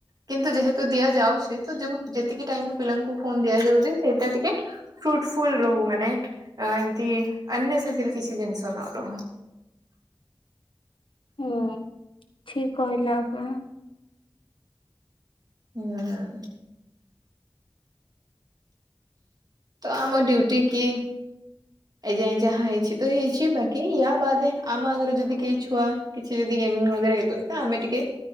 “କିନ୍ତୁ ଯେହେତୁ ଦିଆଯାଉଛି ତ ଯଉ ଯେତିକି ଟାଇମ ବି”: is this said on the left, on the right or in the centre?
Right